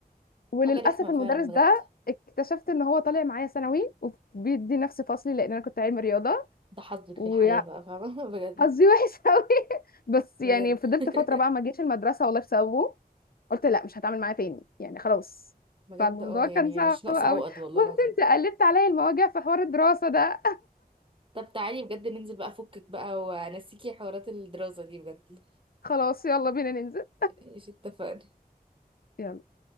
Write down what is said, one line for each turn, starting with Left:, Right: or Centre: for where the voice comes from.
Left: وللاسف
Right: حاجه رخمه
Left: المدرس
Right: فعلا بجد
Left: ده اكتشفت ان هو طالع معايا ثانوي وبيدي نفس فصلي لان انا كنت علمي رياضه
Right: ده حظك
Left: و...
Right: في الحياه بقى فاهمه <laughs> بجد
Left: حظي وحش <laughs> قوي بس يعني
Right: بجد
Left: فضلت
Right: <laughs>
Left: فتره بقى ما جيش المدرسه والله بسببه قلت لا مش هتعامل معاه تاني يعني خلاص
Right: بجد
Left: فالموضوع
Right: اه يعني
Left: كان صعب
Right: مش ناقصه
Left: قوي
Right: عقد والله
Left: بص
Right: العظيم
Left: انت قلبت عليا المواجع في حوار الدراسه ده
Right: طب تعالي بجد ننزل بقى فكك بقى وانسيكي حوارات الدراسه دي بجد
Left: <laughs> خلاص يلا بينا ننزل
Right: <laughs> ماشي اتفقنا
Left: يلا